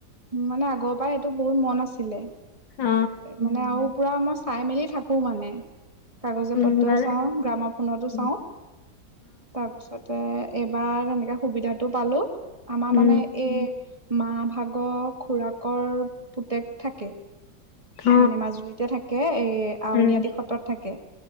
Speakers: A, on the right; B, on the left.
A: উ মানে আগৰ পৰাই সেইটো বহুত মন আছিলে।
B: অ অ
A: মানে আৰু পুৰা আমছ চাই মেলি থাকো মানে। কাগজে
B: উম
A: পত্ৰই
B: ভালে
A: চাওঁ, গ্ৰামফোনতো
B: অ
A: চাওঁ। তাৰপিছতে এবাৰ তেনেকা সুবিধাতটো পালো। আমাৰ
B: উম
A: মানে এই মাৰ ভাগৰ খুৰাকৰ পুতেক থাকে।
B: অ
A: মানে মাজুলীতে থাকেএই আউনীআটি
B: উম
A: সত্ৰত থাকে।